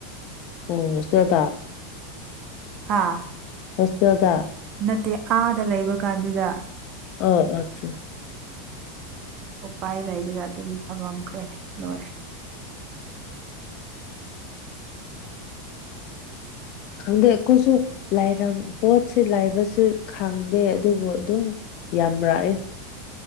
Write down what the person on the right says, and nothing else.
ꯍꯥꯥ꯫
ꯅꯠꯇꯦ ꯑꯥꯗ ꯂꯩꯕ ꯀꯥꯟꯗꯨꯗ꯫
ꯎꯄꯥꯏ ꯂꯩꯗꯦꯗ ꯑꯗꯨꯝ ꯊꯃꯝꯈ꯭ꯔꯦ ꯂꯣꯏꯔꯦ꯫